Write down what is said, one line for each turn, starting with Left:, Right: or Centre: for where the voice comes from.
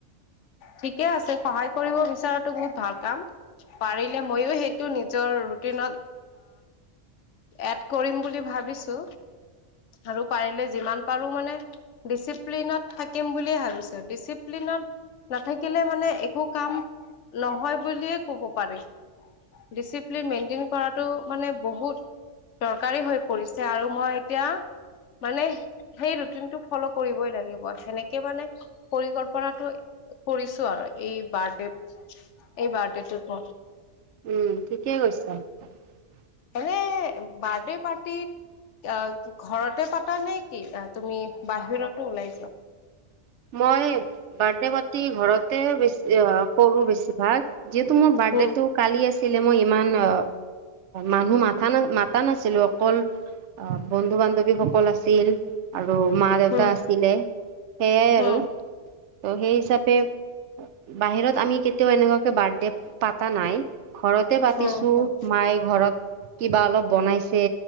Left: ঠিকে আছে সহায় কৰিব বি ছৰাটো বহুত ভাল কাম পাৰিলে মইো সেইটো নিজৰ ৰুটিনত এড কৰিম বুলি ভাবিছো আৰু পাৰিলে যিমান পাৰো মানে ডিচিপ্লিনত, থাকিম বুলিয়ে ভাবিছো ডিচিপ্লিনত। নাথাকিলে, মানে একো কাম নহয় বুলিয়ে ক'ব পাৰি ডিচিপ্লিন মেইনটেইন কৰাতটো মানে বহুত দৰকাৰী হৈ পৰিছে আৰু মই এতিয়া, মানে সেই ৰুটিনটো। ফল' কৰিবই লাগিব সেনেকে মানে পৰিকল্পনাটো কৰিছো আৰু এই বাইথডেত। এই বাৰডেটোত অ',
Right: উম <unintelligible>
Left: এনে বাৰ্থ পাৰটিত ঘৰতে পাতা নে কি তুমি বাহিৰতো ওলাই যোৱা?
Right: মই বাৰ্থডে পাৰ্তি ঘৰতে বেছ-কৰো বেছিভাগ, যিহেতু মোৰ বাৰ্থডেটো
Left: উম,
Right: কালি আছিলে। মই ইমান আ মানুহ মথা-না মাতা নাছিলো, অকল অ', বন্ধু-বান্ধৱীসকল আহিছিল আৰু আৰু মা-দেউতা
Left: উম,
Right: আছিলে সেইয়াই আৰু
Left: উম,
Right: ত' সেই হিচাপে বাহিৰত আমি কেতিয়াও এনেকুৱাকে বাৰ্থডে পাতা নাই। ঘৰতে পাতিছো।
Left: উম, উম,
Right: মায়ে ঘৰত কিবা অলপ বনাইছে